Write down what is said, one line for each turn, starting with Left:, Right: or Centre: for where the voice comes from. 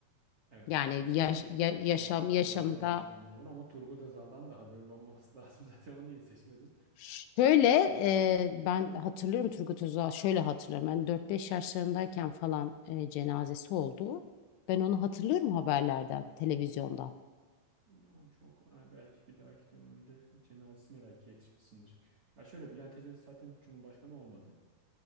Right: Evet.
Left: Yani yaş-
Right: Do-
Left: ya-
Right: do-
Left: yaşam
Right: doğru,
Left: yaşamı
Right: doğru cevap
Left: da
Right: Kenan Evren. Ama Turgut Özal'dan da haberin olmaması lazım <laughs> zaten onu niye seçmedin?
Left: şöyle e, ben hatırlıyorum Turgut Özal şöyle hatırlıyorum ben dört beş yaşlarındayken falan e, cenazesi oldu. Ben onu hatırlıyorum haberlerden, televizyondan.
Right: Yani çok e, belki bir dahaki döneminde cenazesine belki yetişmişsindir. Ya şöyle Bülent Ecevit zaten hiç Cumhurbaşkanı olmadı.